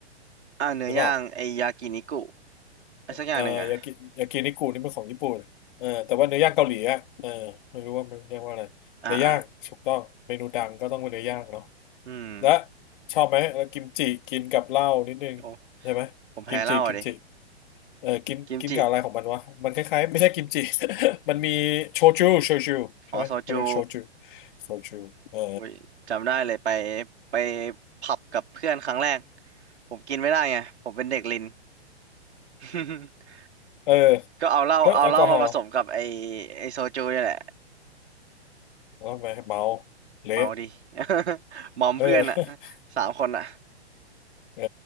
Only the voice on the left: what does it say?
หรือเปล่า
เออยากิยากินิกุนี่มันของญี่ปุ่นเออแต่ว่าเนื้อย่างเกาหลีอ่ะเออไม่รู้ว่ามันเรียกว่าอะไรเนื้อย่างถูกต้องเมนูดังก็ต้องเป็นเนื้อย่างเนาะ
และชอบไหมแล้วกิมจิกินกับเหล้านิดนึงใช่ไหมกิมจิกิมจิ
เออกินกินกับอะไรของมันวะมันคล้ายๆไม่ใช่กิมจิ
<laughs> มันมีโชจูโชจูใช่ไหมเขาเรียกโชจู
โชจูเออ
เออ
ก็แอลกอฮอล์
แล้วทำไมเมาเละ
เออ <laughs>
เออ